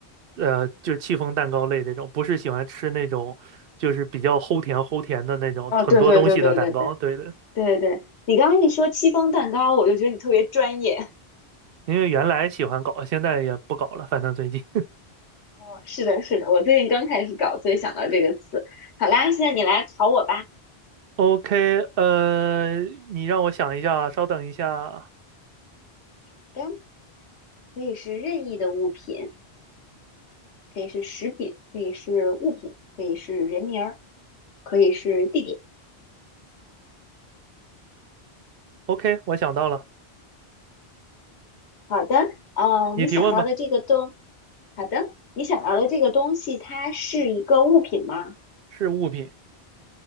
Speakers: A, on the right; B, on the left.
A: 呃，就戚风蛋糕类这种，不是喜欢吃那种就是比较齁甜齁甜的那种很多东西的蛋糕。
B: 哦，对对对对对对
A: 对的，
B: 对对，你刚刚一说戚风蛋糕，我就觉得你特别专业。
A: 因为原来喜欢搞，现在也不搞了，反正最近。<laughs>
B: 哦，是的，是的，我最近刚开始搞，所以想到这个词。好啦，现在你来考我吧。
A: OK，呃，你让我想一下，稍等一下。
B: 好的，可以是任意的物品。可以是食品，可以是物品，可以是人名儿，可以是地点。
A: OK，我想到了，
B: 好的，呃，
A: 你提问吧。
B: 你想到的这个东，好的，你想到的这个东西，它是一个物品吗？
A: 是物品，